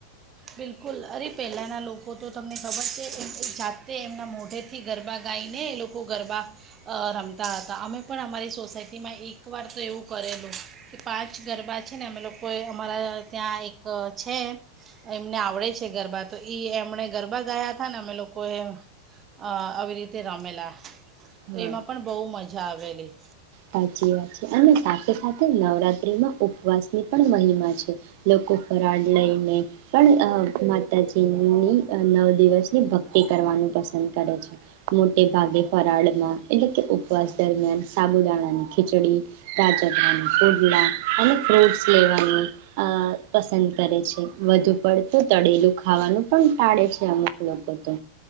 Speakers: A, on the right; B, on the right.
A: બિલકુલ, અરે પહેલાંના લોકો તો તમને ખબર છે એમ જાતે એમના મોઢેથી ગરબા ગાઈને એ લોકો ગરબા અ રમતા હતા. અમે પણ અમારી સોસાયટીમાં એક વાર તો એવું કરેલું કે પાંચ ગરબા છે ને અમે લોકોએ અમારા ત્યાં એક છે એમને આવડે છે. ગરબા તો ઈ એમણે ગરબા ગાયતા ને અમે લોકોએ અ આવી રીતે રમેલા તો
B: હા
A: એમાં પણ બો મજા આવેલી.
B: સાચી વાત છે અને સાથે સાથે નવરાત્રીમાં ઉપવાસની પણ મહિમા છે. લોકો ફરાળ લઈને પણ અ માતાજીની નવ દિવસની ભક્તિ કરવાનું પસંદ કરે છે. મોટે ભાગે ફરાળમાં એટલે કે ઉપવાસ દરમિયાન સાબુદાણા અને ખીચડી, રાજગરા ના ફોડલા અને ફ્રૂટ્સ લેવાનું અ પસંદ કરે છે. વધુ પડતું તળેલું ખાવાનું પણ ટાળે છે. અમુક લોકો તો